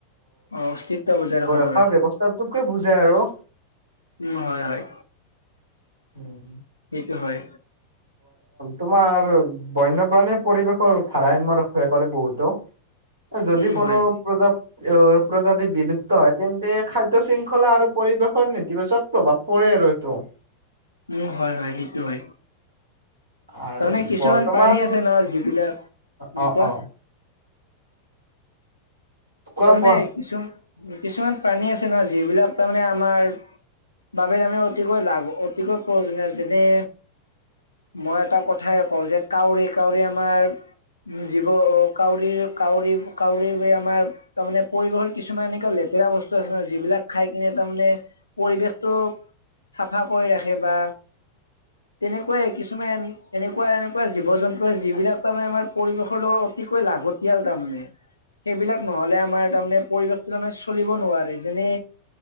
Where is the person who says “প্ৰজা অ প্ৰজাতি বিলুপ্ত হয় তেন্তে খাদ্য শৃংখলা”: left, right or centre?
Right